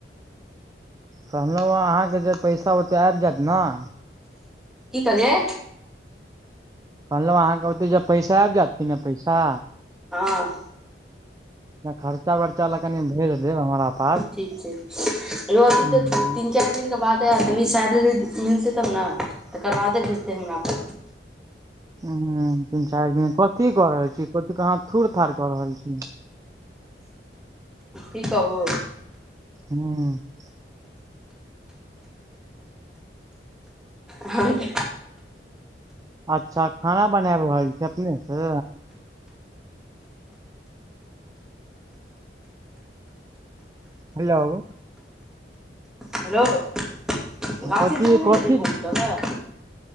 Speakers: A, on the right; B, in the centre.
A: कहलहुँ हँ अहाँके जे पैसा ओते आबि जायत नऽ।
B: की कहलियै
A: कहलहुँ अहाँके ओते जे पैसा आबि जायत कि नहि पैसा।
B: हँ।
A: खर्चा बर्चा ला कनि भेज देब हमरा पास।
B: ठीक छै यी अभी
A: ह
B: तऽ तीन चारि दिनके बादे आ तभी सैलरी मिलतै तब नऽ तकरबादे भेजतै हमरा पर।
A: हू तीन चारि दिन कथी क रहल छी कथी थूुर थड़ कऽ रहल छी।
B: की कहू
A: हू
B: आहँके
A: अच्छा खाना बनाब रहल छै अपने से हेलो
B: हेलो गाछी
A: कथी
B: दिसन नहि
A: कथी
B: गेलहि घुम लऽ तऽ